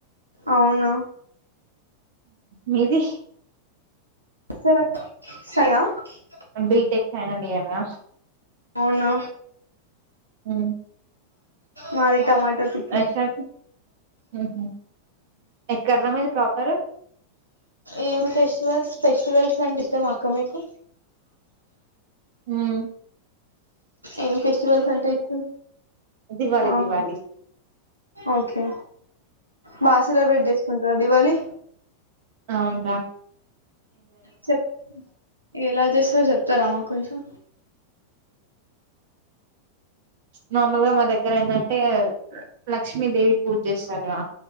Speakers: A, on the right (about 85°); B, on the right (about 50°).
A: అవునా
B: మీది
A: సర శయా <unintelligible>
B: బీటెక్ ఫైనల్ ఇయర్ రా
A: అవునా
B: ఉమ్,
A: మాది టమాటో పికిీల్
B: ఎక్కడ ఉహు ఎక్కడరా మీది ప్రాపర్
A: ఏం పెస్టివల్స్ ఫెస్టివల్స్ అంటే ఇష్టమా అక్క మీకు
B: హ్మ్
A: ఏం ఫెస్టివల్స్ అంటే ఏంటిది
B: దివాళి
A: ఆహా
B: దివాళి
A: ఓకే బాగా సెలబ్రేట్ చేసుకుంటారా దీవాళి
B: అవున్రా
A: చెప్ ఎలా చేస్తారో చెప్తారా మాకు కొంచెం
B: నార్మల్గా మా దగ్గర ఏంటంటే లక్ష్మీదేవి పూజ చేస్తారు కదా